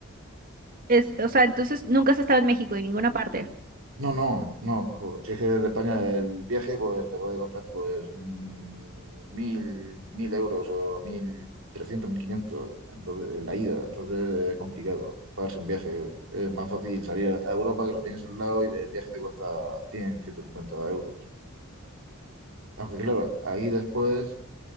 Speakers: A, on the right (about 40°); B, on the right (about 65°).
A: Es, o sea, entonces nunca has estado en México en ninguna parte.
B: No, no, no, joder, si es que de España el viaje pues te puede costar pues mm, mil, mil euros o mil trescientos, mil quinientos, entonces eh, la ida, entonces es complicado pagarse un viaje, es más fácil salir a Europa que lo tienes al lado y del viaje te cuesta cien ciento cincuenta euros. Aunque claro, ahí después,